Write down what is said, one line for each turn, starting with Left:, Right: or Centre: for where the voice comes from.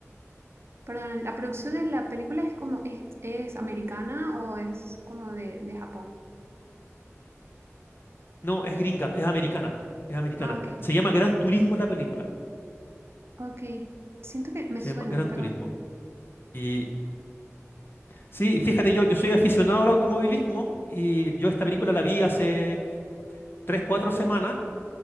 Right: perdón, la producción de la película es como, es, es americana o es como de, de Japón?
Left: No, es gringa, es americana, es americana.
Right: Ah, ok,
Left: Se llama Gran Turismo la película.
Right: ok. Siento que me
Left: Se
Right: suena,
Left: llama Gran
Right: pero
Left: Turismo. Y sí, fíjate, yo, yo soy aficionado al automovilismo y yo esta película la vi hace 3, 4 semanas